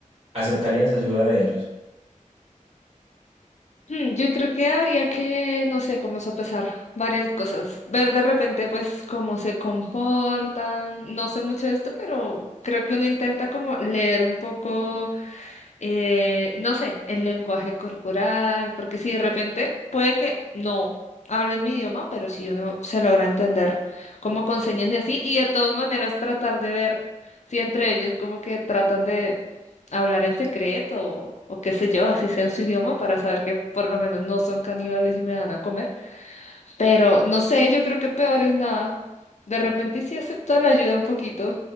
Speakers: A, on the right; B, on the left.
A: ¿Aceptarías ayuda de ellos?
B: Hmm, Yo creo que habría que, no sé, cómo sopesar varias cosas. Ver de repente, pues, cómo se comportan. No sé mucho de esto, pero creo que uno intenta como leer un poco eh, no sé, el lenguaje corporal, porque si de repente puede que no hablen mi idioma, pero si uno se logra entender como con señas y así, y de todas maneras tratar de ver si entre ellos como que tratan de hablar en secreto o, o qué sé yo, así sea en su idioma para saber que por lo menos no son caníbales y me dan a comer. Pero no sé, yo creo que peor es nada. De repente sí acepto la ayuda un poquito,